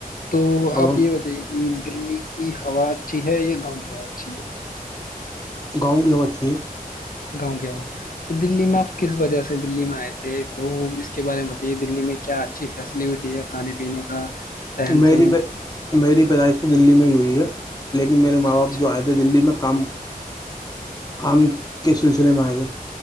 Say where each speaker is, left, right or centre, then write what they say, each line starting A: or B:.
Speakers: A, on the left; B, on the left.
A: تو
B: اب
A: آپ
B: ہم
A: یہ بتائیے کہ دلی یہ ہوا اچھی ہے یا گاؤں کی ہوا اچھی ہے
B: گاؤں گ اچ
A: گاؤں کےاں تو دلی میں آپ کس وجہ سے دلی میں آئے تھے تو اس کے بارے میں بتائیے دللی میں کیا اچھی فیسلٹی ہے کھانے پینے کا رہن
B: میری
A: سہن
B: میری پیدائش تو دلی میں ہی ہوئی ہے لیکن میرے ماں
A: اچھا
B: باپ جو آئے تھے دلی میں کام کام کے سلسلے میں آئے گا